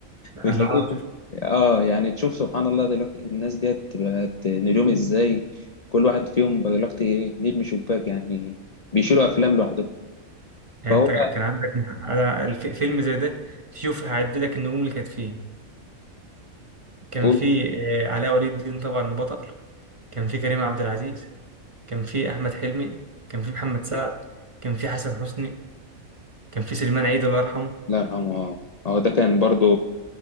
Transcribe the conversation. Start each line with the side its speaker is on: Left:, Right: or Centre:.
Right: انا
Left: بتلاقيه
Right: عاطف
Left: اه يعني تشوف سبحان الله دلوقتي الناس ديت بقت نجوم ازاي كل واحد فيهم بقى دلوقتي ايه نجم شباك يعني بيشيلوا افلام لوحدهم
Right: يعني
Left: فهو
Right: انت كان عندك انا الف- فيلم زي ده شوف هعد لك النجوم اللي كانت فيه كان
Left: قول
Right: فيه آه، علاء ولي الدين طبعا بطل كان فيه كريم عبد العزيز كان فيه احمد حلمي كان فيه محمد سعد كان فيه حسن حسني كان فيه سليمان عيد الله يرحمه
Left: الله يرحمه اه هو ده كان برضو